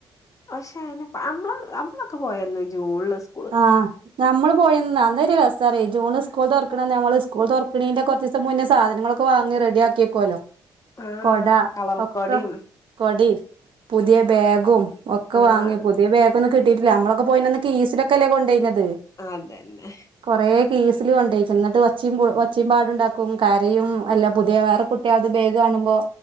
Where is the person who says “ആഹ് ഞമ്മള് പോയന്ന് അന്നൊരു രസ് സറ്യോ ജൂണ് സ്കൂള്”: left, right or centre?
Right